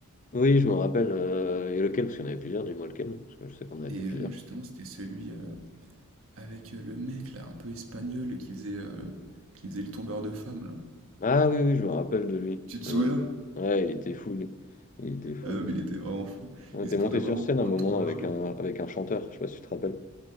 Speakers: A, on the left; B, on the right.
A: Oui, je me rappelle. euh, et lequel? Parce qu'il y en avait plusieurs, dis-moi lequel. Parce que je sais qu'on avait
B: Et
A: fait plusieurs.
B: euh, non, justement, c'était celui euh, avec euh, le mec là, un peu espagnol, qui faisait, euh, qui faisait le tombeur de femmes là.
A: Ah oui, oui, je me rappelle de lui.
B: Tu te
A: Ouais,
B: souviens?
A: Ouais, il était fou, lui. Il était fou.
B: Ah non, mais il était vraiment fou.
A: On
B: Il
A: était
B: se prenait
A: monté
B: vraiment
A: sur scène
B: pour
A: un moment
B: un tombeur,
A: avec
B: lui.
A: un, avec un chanteur, je sais pas si tu te rappelles.